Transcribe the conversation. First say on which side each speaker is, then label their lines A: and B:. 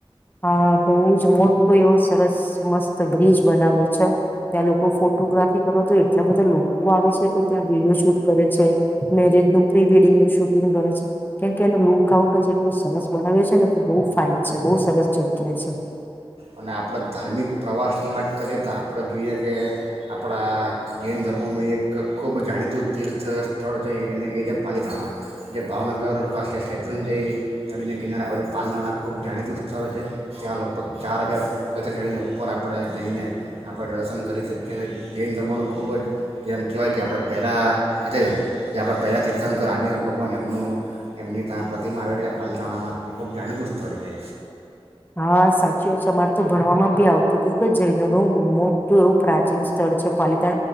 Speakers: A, on the left; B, on the right.
A: હા બહુ જ મોટો એવો સરસ મસ્ત બ્રિજ બનાવે્યો છે ત્યાં લોકો ફોટોગ્રાફી કરવા તો એટલા બધા લોકો આવે છે કે ત્યાં વિડીિયો શૂટ કરે છે મેરેજ નું પ્રી વેડિંગ નું શૂટિંગ કરે છે કેમકે એનું લુક આઉટ જ એટલું સરસ બનાવે છેને બઉુ ફાાઈન છે બહુ સરસ જગ્યા છે
B: અને આપણે ધાર્મિક પ્રવાસની વાત કરીએ તો આપણે જોઈએ કે આપણા જૈન ધર્મોનું એક ખૂબ જાણીતું તીર્થ સ્થળ છે અને એ છે પાલીતાણા જે ભાવનગર પાસે શૈત્રુંંજય નદીના કિનારે આવેલા પાલીતાણા ખૂબ જાણીતું સ્થળ છે ત્યાં લગભગ ચાર હજાર ભૂગતને ઉપર આપણે જઈને આપણે દર્શન કરી શકીએ અને જૈન ધર્મોનું ખૂબ જ જેમ કહેવાય કે આપણે પહેલાં જે આપણે પહેલાં તીર્થંકર આ ભગવાન એમનું એમની ત્યાં પ્રતિમા આવેલી છે પાલતાણામાં એ ખૂબ જાણીતું સ્થળ છે
A: હા સાચી વા છે અમાર તો ભણવામાં ભી આવતું હતું કે જૈનો નું મોટું એવું પ્રાચીન સ્થળ છે પાલી તે